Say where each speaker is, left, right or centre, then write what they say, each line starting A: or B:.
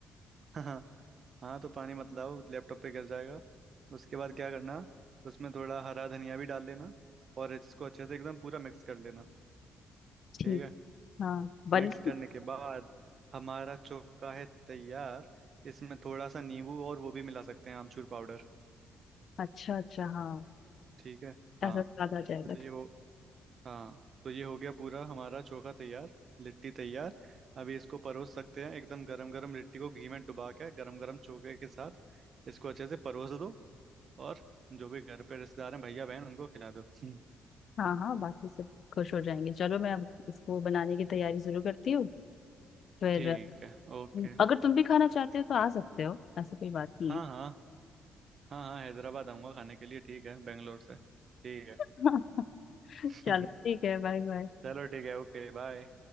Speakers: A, on the right (about 50°); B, on the left (about 60°).
A: <laughs> हाँ हाँ तो पानी मत लाओ लैपटॉप पे गिर जाएगा उसके बाद क्या करना उसमें थोड़ा हरा धनिया भी डाल लेना और इसको अच्छे से एकदम पूरा मिक्स कर लेना
B: ठीक
A: ठीक है
B: हाँ बन
A: मिक्स
B: गई
A: करने के बाद हमारा चोखा है तैयार इसमें थोड़ा सा नींबू और वो भी मिला सकते हैं आमचूर पाउडर
B: अच्छा अच्छा हाँ
A: ठीक है हाँ
B: ऐसा स्वाद आ जाएगा
A: तो
B: तो।
A: ये हो हाँ तो ये हो गया पूरा हमारा चोखा तैयार लिट्टी तैयार अभी इसको परोस सकते हैं एकदम गरम गरम लिट्टी को घी में डुबा के गरम गरम चोखे के साथ इसको अच्छे से परोस दो और जो भी घर पे रिश्तेदार हैं भैया बहन उनको खिला दो हम्म,
B: हाँ हाँ बाकी सब खुश हो जाएंगे चलो मैं अब इसको बनाने की तैयारी शुरू करती हूँ फिर
A: ठीक है ओके
B: अगर तुम भी खाना चाहते हो तो आ सकते हो ऐसा कोई बात नहीं
A: हाँ हाँ हाँ हाँ हैदराबाद आऊंगा खाने के लिए ठीक है बेंगलोर से ठीक
B: है <laughs> <laughs> चलो
A: है
B: ठीक
A: <laughs>
B: है बाय बाय
A: चलो ठीक है ओके बाय